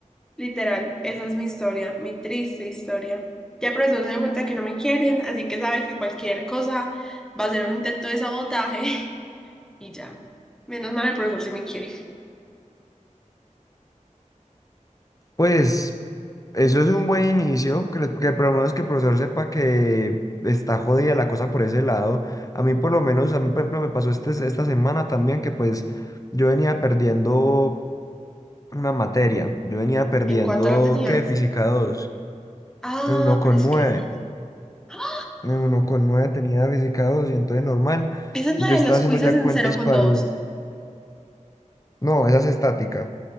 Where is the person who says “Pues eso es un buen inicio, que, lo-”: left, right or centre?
Left